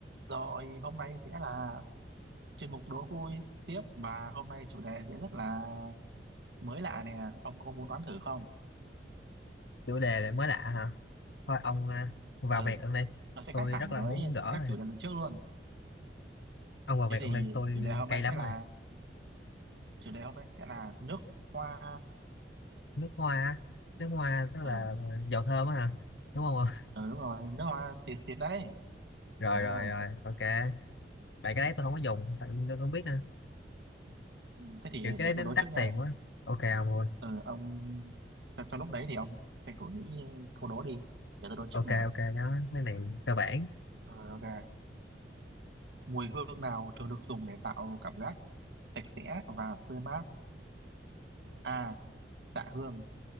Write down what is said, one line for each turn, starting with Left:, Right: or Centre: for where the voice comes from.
Right: Rồi hôm nay sẽ là chuyên mục đố vui tiếp mà hôm nay chủ đề sẽ rất là mới lạ nè. Ông có muốn đoán thử không?
Left: chủ đề lại mới lạ hả thôi ông à, vào
Right: Ừ,
Left: việc luôn đây
Right: nó sẽ
Left: tôi
Right: khác hẳn
Left: rất
Right: với
Left: là muốn gỡ
Right: các
Left: rồi
Right: chủ đề lần trước luôn.
Left: ông vào
Right: Thế
Left: việc
Right: thì
Left: luôn đây tôi
Right: chủ đề hôm
Left: cay
Right: nay
Left: lắm
Right: sẽ là
Left: rồi
Right: chủ đề hôm nay sẽ là nước hoa.
Left: nước hoa á. nước hoa tức
Right: Ừ,
Left: là dầu thơm á hả đúng không <laughs>
Right: ừ đúng rồi, nước hoa xịt xịt đấy.
Left: rồi
Right: Trời đất
Left: rồi
Right: ơi.
Left: rồi ok tại cái đấy tôi không có dùng tại vì tôi không biết nữa
Right: Thế thì
Left: kiểu cái
Right: để
Left: đấy
Right: tôi đố
Left: nó đắt
Right: trước nha.
Left: tiền quá ok ông luôn
Right: Ừ, ông trong, trong lúc đấy thì ông tranh thủ nghĩ câu đố đi. Để tôi đố trước
Left: ok
Right: nè.
Left: ok đó mấy này cơ bản
Right: Ừ, ok. Mùi hương nào thường được dùng để tạo cảm giác sạch sẽ và tươi mát? A. Tạ hương